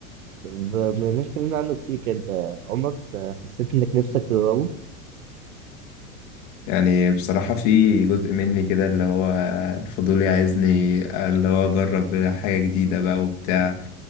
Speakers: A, on the right (about 75°); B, on the left (about 60°).
A: طب بما اننا اتكلمنا عنه كتير كده، انت عمرك حسيت انك نفسك تجربه؟
B: يعني بصراحة في جزء مني كده اللي هو فضولي عايزني اللي هو اجرب حاجة جديدة بقى وبتاع